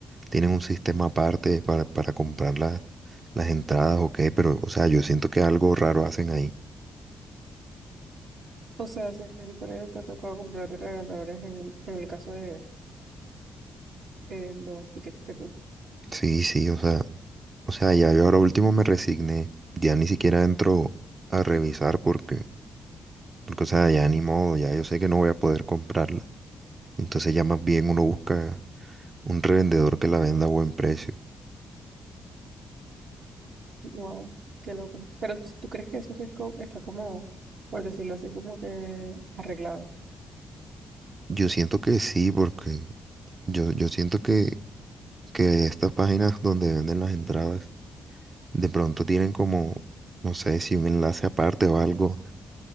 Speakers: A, on the right (about 35°); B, on the right (about 70°).
A: tienen un sistema aparte para, para comprar la- las entradas o qué, pero, o sea, yo siento que algo raro hacen ahí.
B: O sea, siempre te ha tocado comprar de revendedores en el, en el caso de eh, los tickets de fútbol.
A: Sí, sí, o sea, o sea, ya yo ahora último me resigné. Ya ni siquiera entro a revisar porque, porque, o sea, ya ni modo, ya yo sé que no voy a poder comprarla. Entonces ya más bien uno busca un revendedor que la venda a buen precio.
B: Wow, qué loco. Pero t- tú crees que eso sí es co- está como, por decirlo así, como que arreglado.
A: Yo siento que sí, porque yo, yo siento que, que estas páginas donde venden las entradas de pronto tienen como, no sé, si un enlace aparte o algo